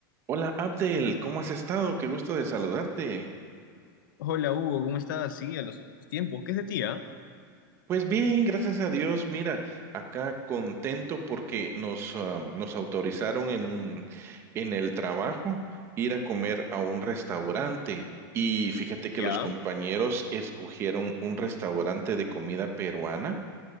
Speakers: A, on the right; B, on the left.
A: Hola Abdel, ¿cómo has estado? Qué gusto de saludarte.
B: Hola Hugo, ¿cómo estás? Sí, a los tiempos. ¿Qué es de ti, ah?
A: Pues bien, gracias a Dios. Mira, acá contento porque nos, ah, nos autorizaron en un- en el trabajo ir a comer a un restaurante. Y fíjate que
B: Ya,
A: los compañeros escogieron un restaurante de comida peruana.